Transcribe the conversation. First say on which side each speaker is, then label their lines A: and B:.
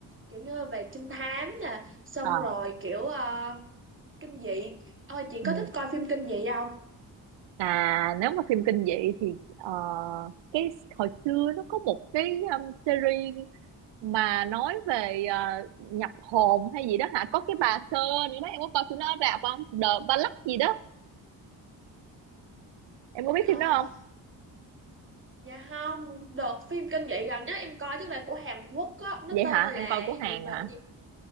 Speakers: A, on the right; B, on the right.
A: kiểu như về trinh thám nè xong
B: ờ
A: rồi kiểu ờ, kinh dị Ờ, chị
B: ừ
A: có thích coi phim kinh dị không
B: à nếu mà phim kinh dị thì ờ, cái hồi xưa nó có một cái um, series mà nói về ờ, nhập hồn hay gì đó hả có cái bà sơ nữa đó em có coi phim đó rạp không The Ballad gì đó em có biết
A: Ờ,
B: phim đó không
A: dạ không đợt phim kinh dị gần nhất em coi tức là của Hàn Quốc á nó
B: vậy
A: tên
B: hả
A: là
B: em coi của
A: cái
B: Hàn
A: gì mà
B: hả
A: gì